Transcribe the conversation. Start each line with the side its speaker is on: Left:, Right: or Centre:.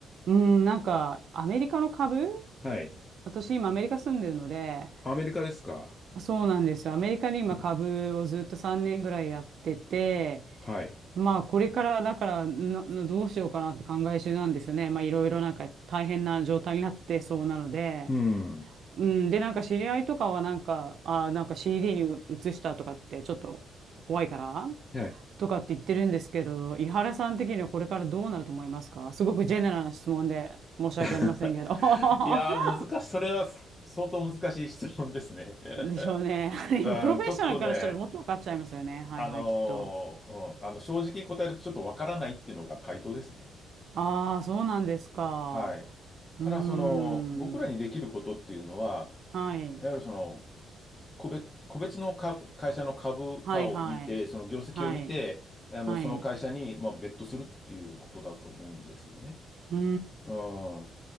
Right: うん、なんかアメリカの株
Left: はい。
Right: 私今アメリカ住んでるので、
Left: アメリカですか
Right: そうなんですよ。アメリカで今株をずっと3年ぐらいやってて、
Left: うん。はい。
Right: まあこれからだからななどうしようかなって考え中なんですよね。まあいろいろなんか大変な状態になってそうなので、
Left: うん。
Right: うん、でなんか知り合いとかはなんか、あ、なんか CD に移したとかってちょっと怖いから。
Left: はい。
Right: とかって言ってるんですけど、伊原さん的にはこれからどうなると思いますかすごくジェネラルな質問で申し訳ありませんけど。
Left: <laughs> いやー、
Right: <laughs>
Left: 難しい。それは相当難しい質問ですね。<laughs>
Right: でしょうね。<laughs> 今プロフェッショナルからしたらもっと分かっちゃいますよね。
Left: うん、ちょっとね、
Right: はいはい、
Left: あのーうんあの正直答えるとちょっとわからないっていうのが回答ですね。
Right: きっと。ああ、そうなんですか。
Left: はい。
Right: うーん。
Left: ただ、その、僕らにできることっていうのは、
Right: はい。
Left: いわゆるその、個別、個別の株会社の株価を見て、
Right: はいはい。
Left: その業績を見て、
Right: はい。
Left: あの、
Right: はい。
Left: その会社に、まあ、ベットするっていうことだと思うんですよね。
Right: うー
Left: うん。